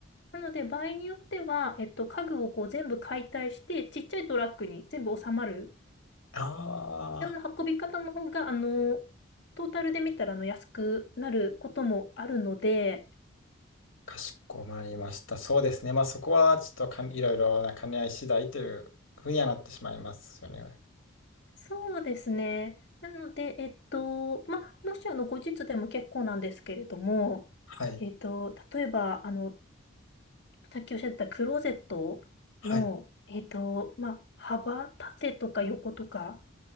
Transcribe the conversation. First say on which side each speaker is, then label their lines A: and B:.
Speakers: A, on the left; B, on the left.
A: なので、場合によっては、えっと、家具をこう全部解体して、ちっちゃいトラックに全部収まる
B: あ
A: ような運び方の方が、
B: あ。
A: あの、トータルで見たらあの安くなることもあるので、
B: かしこまりました。そうですね。まあそこはちょっとかんいろいろな兼ね合い次第というふうにはなってしまいますよね。
A: そうですね。なので、えっと、まあ、もしあの、後日でも結構なんですけれども、
B: はい。
A: えっと、例えば、あの、さっきおっしゃってたクローゼットの、
B: はい。
A: えっと、まあ、幅、縦とか横とか、